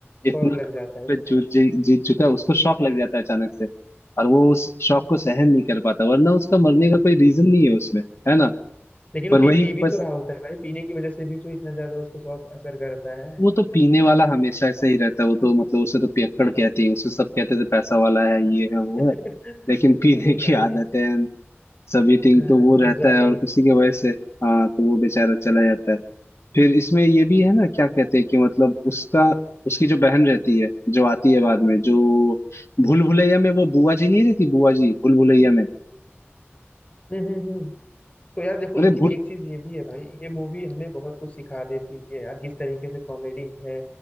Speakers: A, on the left; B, on the left.
A: इतना
B: शौक लग
A: करोड़
B: जाता है उसको
A: पे जीत जी- जीत चुका है उसको शौक लग जाता है अचानक से और वो उस शौक को सहन नहीं कर पाता वरना उसका मरने का कोई रीजन नहीं है उसमें है ना
B: लेकिन
A: पर
B: वो पी
A: वही
B: पी भी
A: बस
B: तो रहा होता है भाई पीने की वजह से भी तो इतना ज्यादा उसको शौक असर करता है
A: वो तो पीने वाला हमेशा ऐसा ही रहता है वो तो मतलब उसे तो पियक्कड़ कहते हैं उसे सब कहते थे पैसा वाला है ये है
B: <laughs>
A: वो है लेकिन पीने
B: अरे भाई
A: की आदत है and सभी थिंग
B: अ,
A: तो वो रहता
B: जॉनी
A: है और उसी की वजह से हाँ तो वो बेचारा चला जाता है फिर इसमें ये भी है ना क्या कहते हैं कि मतलब उसका उसकी जो बहन रहती है जो आती है बाद में जो भूल भुलैया में वो बुआ जी नहीं रहती बुआ जी भूल भुलैया में
B: हम्म हम्म हम्म। तो यार देखो
A: अरे
B: लेकिन
A: भूल
B: एक चीज ये भी है भाई ये मूवी हमें बहुत कुछ सिखा देती है यार किस तरीके से कॉमेडी है